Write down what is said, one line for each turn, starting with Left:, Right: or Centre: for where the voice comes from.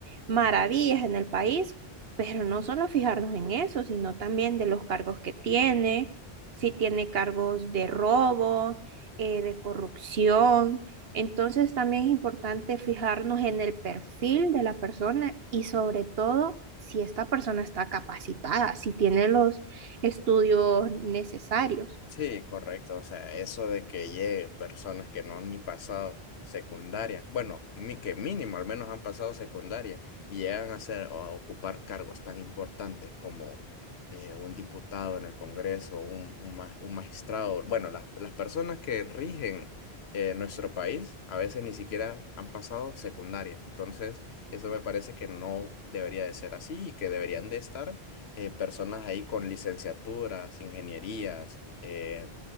Right: maravillas en el país, pero no solo fijarnos en eso, sino también de los cargos que tiene, si tiene cargos de robo, eh, de corrupción. Entonces también es importante fijarnos en el perfil de la persona y sobre todo si esta persona está capacitada, si tiene los estudios necesarios.
Left: Sí, correcto. O sea, eso de que llegue personas que no han ni pasado secundaria, bueno, mi- que mínimo al menos han pasado secundaria y llegan a ser o a ocupar cargos tan importantes como eh, un diputado en el Congreso, un, un, ma- un magistrado. Bueno, las, las personas que rigen eh, nuestro país a veces ni siquiera han pasado secundaria. Entonces, eso me parece que no debería de ser así y que deberían de estar eh, personas ahí con licenciaturas, ingenierías eh,